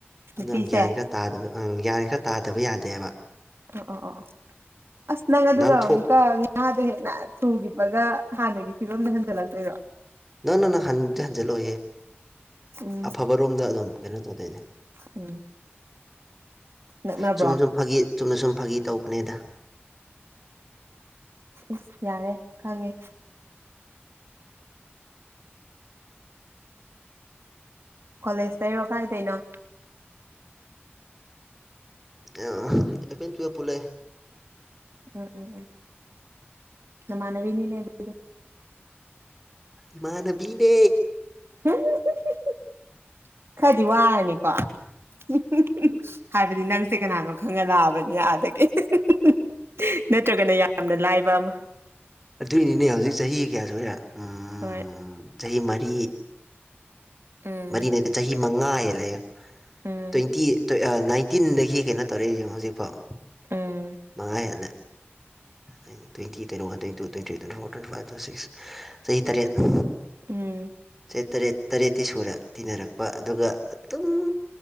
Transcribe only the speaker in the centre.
ꯑꯗꯨꯅ
ꯒ꯭ꯌꯥꯟ ꯈꯔ ꯇꯥꯗꯕ ꯑꯪ ꯒ꯭ꯌꯟ ꯈꯔ ꯇꯥꯗꯕ ꯌꯥꯗꯦꯕ
ꯅꯥꯟꯊꯣꯛ
ꯅꯣꯅꯣ ꯅꯣ ꯍꯟꯕꯗꯤ ꯍꯟꯖꯜꯂꯛꯑꯣꯏꯍꯦ
ꯑꯐꯕ ꯔꯣꯝꯗ ꯑꯗꯨꯝ ꯀꯩꯅꯣ ꯇꯧꯗꯣꯏꯅꯦ
ꯆꯨꯝꯅꯥ ꯁꯨꯝ ꯐꯥꯒꯤ ꯆꯨꯝꯅ ꯁꯨꯝ ꯐꯥꯒꯤ ꯇꯧꯕꯅꯦꯗ
ꯑ ꯏꯜꯂꯦꯚꯦꯟ ꯇꯨꯋꯦꯐ ꯄꯨꯜꯂꯛꯑꯦ
ꯏꯃꯥꯟꯅꯕꯤꯅꯦ
ꯑꯗꯨꯏꯅꯤꯅꯦ ꯍꯧꯖꯤꯛ ꯆꯍꯤ ꯀꯌꯥ ꯁꯨꯔꯦ
ꯎꯝ ꯆꯍꯤ ꯃꯔꯤ
ꯃꯔꯤ ꯅꯠꯇ‌ꯦ ꯆꯍꯤ ꯃꯉꯥ ꯍꯦꯜꯂꯦ ꯌꯛ
ꯇꯣꯏꯟꯇꯤ ꯇꯣ ꯑ ꯅꯥꯏꯟꯇꯤꯟꯗꯒꯤ ꯀꯩꯅꯣ ꯇꯧꯔꯛꯏꯖꯦ ꯍꯧꯖꯤꯛꯐꯥꯎ
ꯃꯉꯥ ꯍꯦꯜꯂꯦ ꯑꯩꯅ twenty twenty one twenty two twenty three twenty four twenty five twenty six ꯆꯍꯤ ꯇꯔꯦꯠ
ꯆꯍꯤ ꯇꯔꯦꯠ ꯇꯔꯦꯠꯇꯤ ꯁꯨꯔꯦ ꯇꯤꯟꯅꯔꯛꯄ ꯑꯗꯨꯒ ꯑꯗꯨꯝ